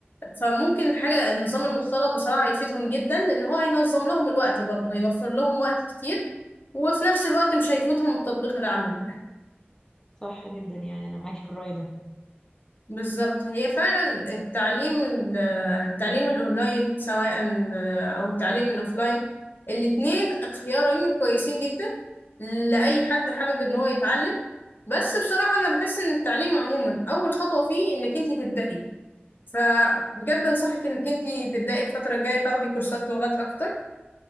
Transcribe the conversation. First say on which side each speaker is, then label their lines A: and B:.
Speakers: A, on the left; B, on the left.
A: فممكن الحاجة النظام المختلط بصراحة يفيدهم جدا لأن هو هينظم لهم الوقت برضه هيوفر لهم وقت كتير وفي نفس الوقت مش هيفوتهم التطبيق العملي
B: صح جدا يعني انا معاكي في الرأي ده
A: بالظبط هي فعلا التعليم التعليم الاونلاين سواء او التعليم الاوفلاين الاتنين خيارين كويسين جدا لاي حد حابب ان هو يتعلم بس بصراحة انا بحس ان التعليم عموما اول خطوة فيه انك انت تبدأي فبجد انصحك انك انت تبدأي الفترة الجاية تاخدي كورسات لغات اكتر